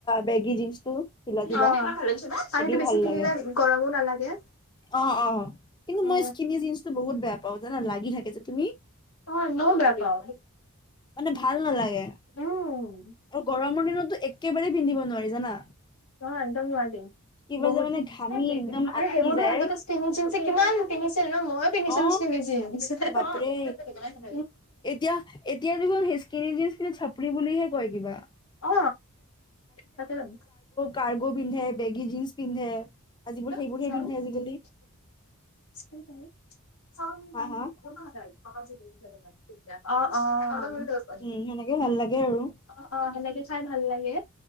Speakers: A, on the left (about 20°); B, on the left (about 80°).
A: বেগী জিন্সটো ঢিলা ঢিলা
B: অ' শাৰীটো
A: সেইটোও
B: বেছি
A: ভাল
B: পিন্ধিলে
A: লাগে
B: গৰমো নালাগে।
A: অ অ কিন্তু
B: অ
A: মই স্কিনি জিনচটো বহুত বেয়া পাওঁ। জানা লাগি থাকে যে তুমি?
B: অ' মই এনেও বেয়া পাওঁ।
A: মানে ভাল নালাগে
B: উম,
A: আৰু গৰমৰ দিনতো একেবাৰে পিন্ধিব নোৱাৰি জানা?
B: অ একদম নোৱাৰি।
A: কিবা
B: বহুত
A: যে মানে ঘামি একদম
B: আৰু
A: আটকি
B: সেইবোৰতো
A: যায়
B: আগতে স্কিনি জিনচ্ কিমান পিন্ধিছিল ন'। মই পিন্ধিছো
A: অ
B: পিনি জিনচ্।
A: বাপৰে এতিয়া এতিয়া দেখুন স্কীনিজিনচ্ খিনি চাপৰি বুলিহে কয় কিবা।
B: অ তাতে যাম।
A: কাৰ্গো পিন্ধে বেগী জিন্স পিন্ধে। আজিবোৰ
B: চাই
A: সেইবোৰহে পিন্ধে আজিকালি
B: চ ন য
A: হা হা
B: <unintelligible> অ' অ'
A: উম সেনেকে ভাল লাগে আৰু,
B: অ অ সেনেকে চাই ভাল লাগে।